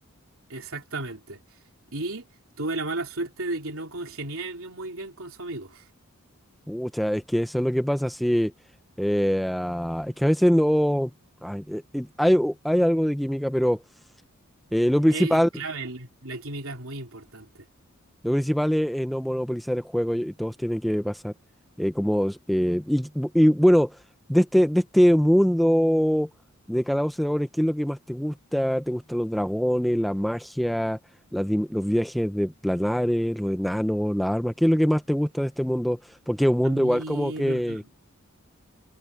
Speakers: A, on the right; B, in the centre.
A: Exactamente. Y tuve la mala suerte de que no congenié bien- muy bien con su amigo.
B: Pucha, es que eso es lo que pasa, Si eh, ah, es que a veces no... ay, eh, eh, hay, hay algo de química, pero eh, lo principal...
A: Es clave, el- la química es muy importante.
B: Lo principal es, es no monopolizar el juego y todos tienen que pasar eh, como... eh, y, y bueno, de este, de este mundo de Calabozos y Dragones, ¿qué es lo que más te gusta? ¿Te gustan los dragones, la magia, las dim- los viajes de planares, los enanos, las armas? ¿Qué es lo que más te gusta de este mundo? Porque es un mundo
A: A mí,
B: igual como que...
A: lo que-